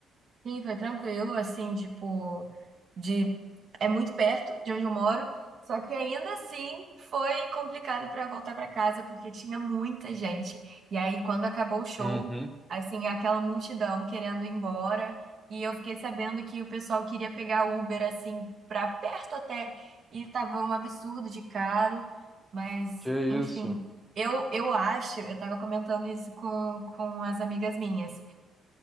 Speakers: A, on the right (about 50°); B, in the centre.
A: Sim, foi tranquilo, assim, tipo, de é muito perto de onde eu moro, só que ainda assim foi complicado para voltar para casa porque tinha muita gente. E aí quando acabou o show,
B: Uhum,
A: assim, aquela multidão querendo ir embora, e eu fiquei sabendo que o pessoal queria pegar Uber assim para perto até, e tava um absurdo de caro, mas
B: Que
A: enfim,
B: isso?
A: eu eu acho, eu tava comentando isso com com as amigas minhas.